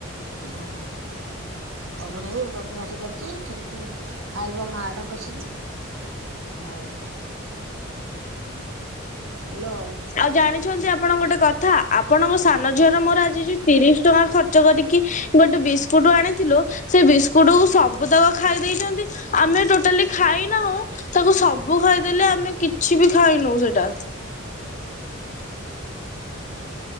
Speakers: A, on the right; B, on the left.
A: ହଁ ପଢୁନେଇ ବଦମାସ କରୁଚି ସେମିତି ଖାଇବ ମାଡ କସିକି ହଉ। ଇ <unintelligible>
B: ଆଉ ଜାଣିଛନ୍ତି ଆପଣ ଗୋଟେ କଥା ଆପଣଙ୍କ ସାନ ଝିଅର ମୋର ଆଜି ଯୋଉ ତିରିଶ ଟଙ୍କା ଖର୍ଚ୍ଚ କରିକି ଗୋଟେ ବିସ୍କୁଟ ଆଣିଥିଲୁ ସେ ବିସ୍କୁଟକୁ ସବୁ ତକ ଖାଇ ଦେଇଚନ୍ତି। ଆମେ ଟୋଟାଲି ଖାଇନାହୁଁ। ତାକୁ ସବୁ ଖାଇଦେଲେ ଆମେ କିଛି ବି ଖାଇନୁ ସେଟା।